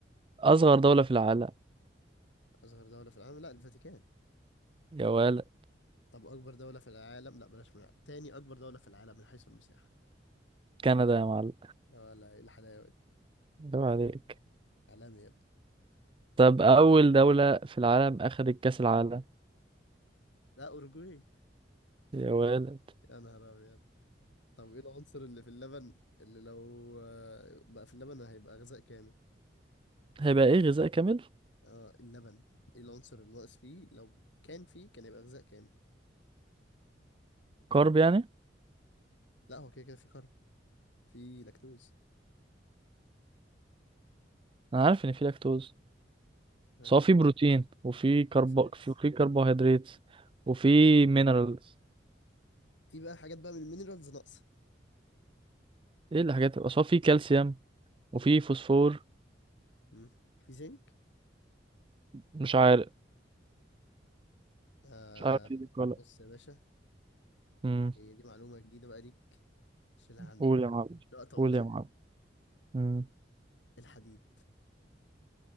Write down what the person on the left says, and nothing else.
اصغر دولة في العالم لا الفاتيكان
طب أكبر دولة في العالم لا بلاش من العالم. تاني أكبر دولة في العالم من حيث المساحة
يا ولا إيه الحلاوة دي
عالمي يا ابني
لا أوروجواي
يا نهار أبيض طب إيه العنصر اللي في اللبن اللي لو آه، بقى في اللبن هيبقى غذاء كامل
اه اللبن إيه العنصر اللي ناقص فيه لو كان فيه كان يبقى غذاء كامل
لا هو كده كده في كارب في لاكتوز
ها
في فات
في بقى حاجات بقى من المينرالز ناقصة
مم. في زنك
آه
بص يا باشا
هي دي معلومة جديدة بقى ليك شيلها عندك
لا تعوزها
يعني
الحديد